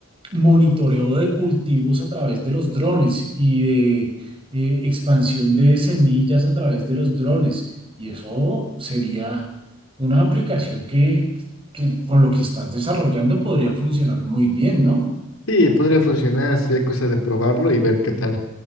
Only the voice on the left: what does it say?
Sí, podría funcionar, sería cosa de probarlo y ver qué tal,